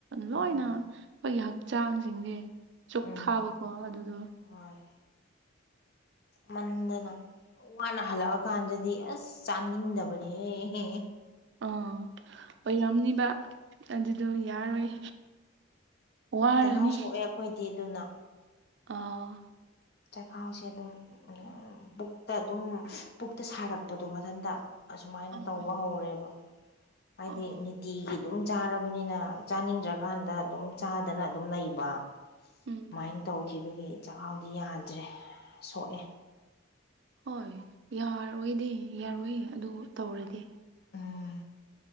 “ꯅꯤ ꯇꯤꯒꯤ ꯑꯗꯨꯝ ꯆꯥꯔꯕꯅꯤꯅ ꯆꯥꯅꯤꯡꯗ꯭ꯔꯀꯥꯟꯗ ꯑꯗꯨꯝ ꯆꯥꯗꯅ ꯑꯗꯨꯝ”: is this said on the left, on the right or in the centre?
Left